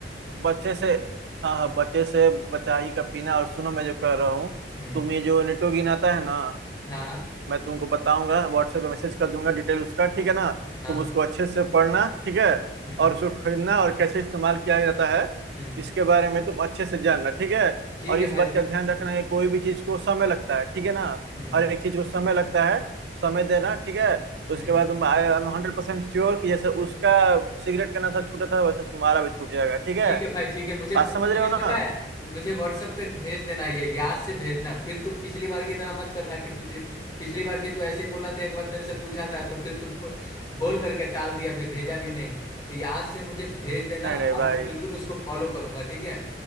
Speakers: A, on the right; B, on the left.
A: बच्चे से हाँ हाँ बच्चे से बचा ही का पीना और सुनो मैं जो कह रहा हूँ
B: हम्म
A: तुम ये जो निटोगिन आता है ना
B: हाँ हाँ
A: मैं तुमको बताऊंगा व्हाट्सएप पे मैसेज कर दूंगा डिटेल उसका ठीक है ना
B: हाँ
A: तुम उसको अच्छे से पढ़ना ठीक है
B: हम्म
A: और उसको खरीदना और कैसे इस्तेमाल किया जाता है
B: हम्म
A: इसके बारे में तुम अच्छे से जानना ठीक है
B: ठीक
A: और
B: है
A: इस
B: भाई
A: बात का ध्यान रखना है कोई भी चीज को समय लगता है ठीक है ना
B: हम्म
A: हर एक चीज को समय लगता है समय देना ठीक है उसके
B: हम्म
A: बाद तुम I am hundred percent sure कि जैसे उसका सिगरेट का नशा छूटा था वैसे तुम्हारा भी छूट जाएगा ठीक है
B: ठीक है भाई ठीक है मुझे
A: बात समझ
B: मुझे
A: रहे हो ना
B: पता है मुझे व्हाट्सएप पे भेज देना ये याद से भेजना फिर तू पिछली बार की तरह मत करना कि पिछली पिछली बार भी तू ऐसे ही बोला था एक बार तेरे से पूछा था तो फिर तू प- बोल करके टाल दिया फिर भेजा भी नहीं तो याद से मुझे भेज देना
A: नहीं नहीं
B: और
A: भाई
B: मैं बिल्कुल उसको फॉलो करूंगा ठीक है